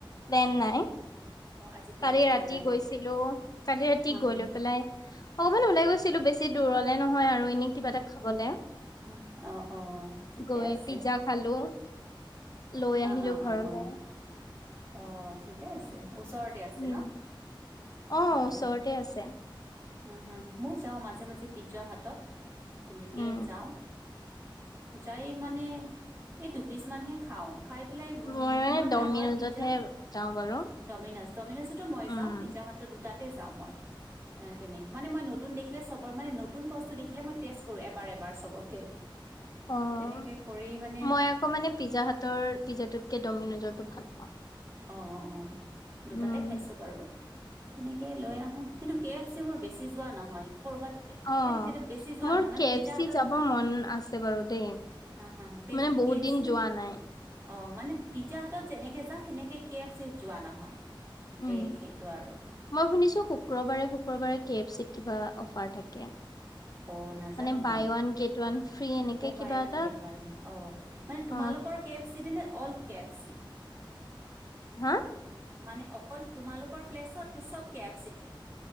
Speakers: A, on the left; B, on the right.
A: প্লেন নাই।
B: অ আজি প্লেন
A: কালি
B: কৰা
A: ৰাতি
B: নাই ন
A: গৈছিলো, কালি ৰাতি
B: হা
A: গৈ
B: হা
A: লৈ পেলাই অকমান ওলাই গৈছিলো বেছি। দূৰলে নহয় আৰু, এনেই কিবা এটা খাবলে।
B: উ, অ, অ, ঠিকে
A: গৈ
B: আছে।
A: পিজ্জা খালো, লৈ
B: অ
A: আহিলো
B: অ
A: ঘৰলে।
B: অ অ অ', ঠিকে আছে, ওচৰতে আছে
A: উম
B: ন হা
A: অ
B: হা
A: ওচৰতে
B: হা।
A: আছে
B: হম হম, ময় যাও মাজে মাজে পিজ্জা হাতত তেনেকে
A: উম
B: যাও। যাই মানে এই দুপিচমানহে খাওঁ। খাই পেলাই উ উ
A: মই মানে
B: ইমান
A: ডমিনজতহে
B: ডাঙৰ পিজ্জা।
A: যাওঁ বাৰু
B: ডমিনজ ডমিনজতো মই
A: উম
B: যাওঁ পিজ্জা হাতত দুটাতে যাওঁ মই। তেনেকৈ মানে মই নতুন দেখিলে চবৰ মানে নতুন বস্তু দেখিলে মই টেষ্ট কৰোঁ এবাৰ এবাৰ চবতে।
A: অ'
B: তেনেকে কৰি মানে
A: মই আকৌ মানে পিজ্জা হাতৰ পিজ্জাটোতকে ডমিনজটো ভাল পাওঁ।
B: অ', অ', দুটাতে
A: উম।
B: খাইছোঁ বাৰু। তেনেকে লৈ আহো কিন্তু কে এফ চি মোৰ বেছি যোৱা নহয় কৰ'বাত
A: অ'
B: এ তেয়া বেছি যোৱা
A: মোৰ
B: নহয় মানে
A: কে
B: পিজ্জা
A: এফ চি
B: হাতত
A: যাব মন আছে বাৰু দেই।
B: হা হা পেজ
A: মানে বহুত
B: কে এফ
A: দিন
B: চি মানে
A: যোৱা নাই।
B: অ' মানে পিজ্জাহাটত যেনেকে যাওঁ সেনেকে কে এফ চিত যোৱা নহয়।
A: উম,
B: এ সেইটো আৰু।
A: মই শুনিছো শুক্ৰবাৰে শুক্ৰবাৰে কে এফ চিত কিবা অফাৰ থাকে।
B: অ' নাজানো
A: মানে বাই
B: মই,
A: ওৱান গেট ওৱান ফ্ৰী এনেকে
B: অ'
A: কিবা
B: বাই ওৱান
A: এটা
B: গেট ওৱান অ' মানে তোমালোকৰ
A: অ'
B: কে এফ চি নে অল কে এফ চি?
A: হা?
B: মানে অকল তোমালোকৰ প্লেচত নে চব কে এফ চিতে।